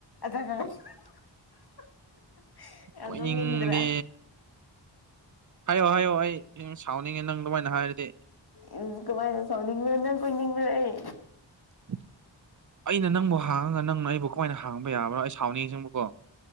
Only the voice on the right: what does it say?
ꯀꯣꯏꯅꯤꯡꯗꯦ
ꯍꯥꯏꯌꯣ ꯍꯥꯏꯌꯣ ꯑꯩ ꯌꯥꯝ ꯁꯥꯎꯅꯤꯡꯉꯦ ꯅꯪ ꯗꯨꯃꯥꯏꯅ ꯍꯥꯏꯔꯗꯤ
<inaudible> ꯑꯩꯅ ꯅꯪꯕꯨ ꯍꯥꯡꯉꯒ ꯅꯪꯅ ꯑꯩꯕꯨ ꯀꯃꯥꯏꯅ ꯍꯥꯡꯕ ꯌꯥꯕ ꯑꯩ ꯁꯥꯎꯅꯤꯡꯉꯁꯤꯡꯕꯀꯣ